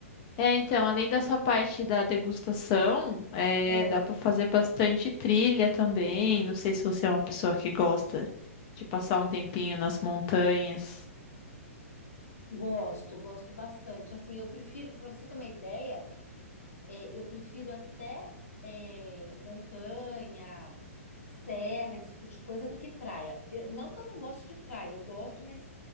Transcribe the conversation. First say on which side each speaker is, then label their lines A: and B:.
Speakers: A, on the left (about 35°); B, on the left (about 75°).
A: É, então, além dessa parte da degustação, é,
B: Ah,
A: dá para fazer bastante trilha também. Não sei se você é uma pessoa que gosta de passar um tempinho nas montanhas.
B: gosto, gosto bastante. Assim, eu prefiro, para você ter uma ideia, É, eu prefiro até é, montanha, serra, esse tipo de coisa, do que praia. Eu- não que eu não goste de praia, eu gosto, mas